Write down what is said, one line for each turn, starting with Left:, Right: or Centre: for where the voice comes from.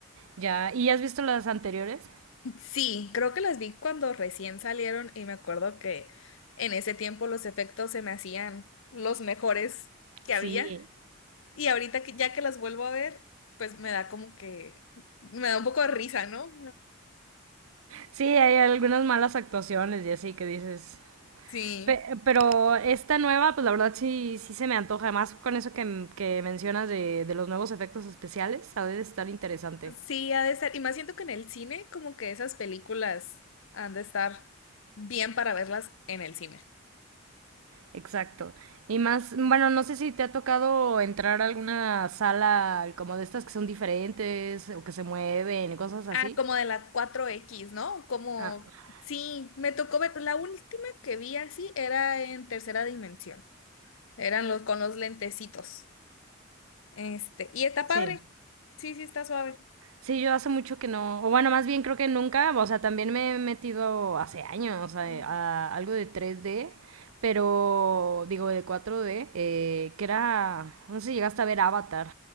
Right: ya. ¿Y has visto las anteriores?
Left: Sí, creo que las vi cuando recién salieron y me acuerdo que en ese tiempo los efectos se me hacían los mejores que
Right: Sí.
Left: había y ahorita que ya que las vuelvo a ver, pues me da como que me da un poco de risa, ¿no?
Right: Sí, hay algunas malas actuaciones y así que dices.
Left: Sí,
Right: Pe- pero esta nueva, pues la verdad sí, sí se me antoja. Además, con eso que, que mencionas de, de los nuevos efectos especiales, ha de estar interesante.
Left: sí, ha de estar. Y más siento que en el cine como que esas películas han de estar bien para verlas en el cine.
Right: Exacto. Y más, bueno, no sé si te ha tocado entrar a alguna sala como de estas que son diferentes o que se mueven y cosas así.
Left: Ah, como de la cuatro x ¿no? Como,
Right: Ah,
Left: sí, me tocó ver, la última que vi así era en tercera dimensión. Eran los con los lentecitos. Este, y está
Right: sí.
Left: padre. Sí, sí, está suave.
Right: Sí, yo hace mucho que no, o bueno, más bien creo que nunca, o sea, también me he metido hace años a,
Left: Mm.
Right: a algo de tres d pero digo de cuatro d eh, que era, no sé si llegaste a ver Avatar.